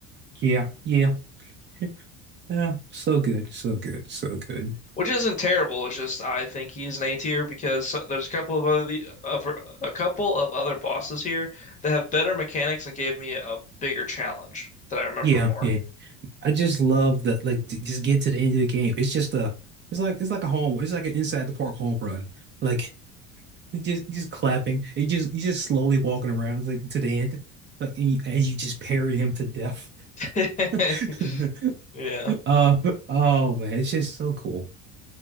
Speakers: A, on the right (about 35°); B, on the left (about 25°).
A: yeah, yeah. <laughs> Uh, so good, so good, so good.
B: which isn't terrible. It's just I think he's an A tier because there's a couple of other of a couple of other bosses here that have better mechanics and gave me a bigger challenge that I remember
A: Yeah,
B: more.
A: yeah. I just love that. Like, j- just get to the end of the game. It's just a, it's like it's like a home. It's like an inside the park home run. Like, it just just clapping. It just you just slowly walking around like to the end. Like and you, as you just parry him to death.
B: <laughs>
A: <laughs>
B: Yeah.
A: Uh oh man, it's just so cool.